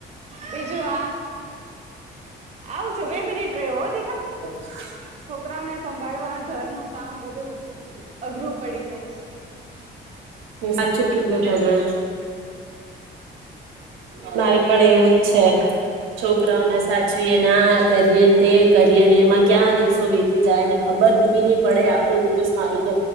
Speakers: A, on the right; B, on the right.
A: બીજું આ. આવું છું બે મિનિટ રહ્યો હોતી કા.
B: હ <unintelligible>
A: છોકરાઓને સંભાળવા ઘરનું કામ બધું અઘરું પડી જાય છે.
B: સાચું કીધું તમે
A: હમ
B: મારે પણ એવું જ છે છોકરાઓને સાચવીને આ કરીએને તે કરીએ ને એમાં ક્યાં દિવસો વીતી જાયને ખબર ન પડે આખો દિવસ મારું તો